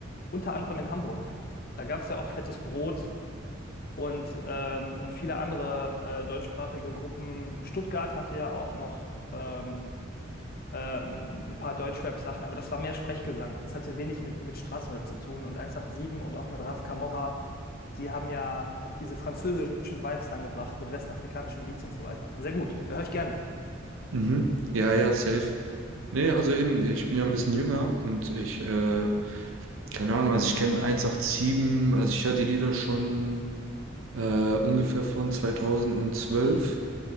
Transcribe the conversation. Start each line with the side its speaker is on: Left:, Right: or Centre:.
Left: unter anderem in Hamburg. Da gab es ja auch Fettes Brot und, ähm, und viele andere äh, deutschsprachige Gruppen. Stuttgart hatte ja auch noch ähm, ähm, ein paar Deutschrap-Sachen, aber das war mehr Sprechgesang. Das hatte wenig mit, mit Straßenrap zu tun. Und 187 und auch mit Raf Camora, die haben ja auch diese französischen Vibes reingebracht mit westafrikanischen Beats und so weiter. Sehr gut, höre ich gerne.
Right: Mhm. Ja, ja, safe. Nee, also eben, ich bin ja ein bisschen jünger und ich, äh, keine Ahnung, also ich kenne 187, also ich höre die Lieder schon äh, ungefähr von 2012.